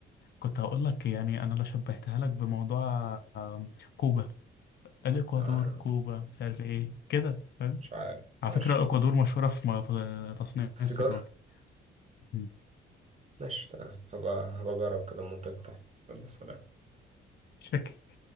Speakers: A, on the left; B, on the right.
A: كنت هقول لك يعني أنا لو شبهتها لك بموضوع أم، كوبا الإكوادور
B: آه،
A: كوبا مش عارف إيه كده فاهم
B: مش عارف
A: على
B: ماشي
A: فكرة الإكوادور مشهورة في م- في تصنيع
B: السيجار
A: السيجار <laughs>
B: ماشي تمام هبقى هبقى أجرب كده المنطق بتاعي يلا سلام
A: شكل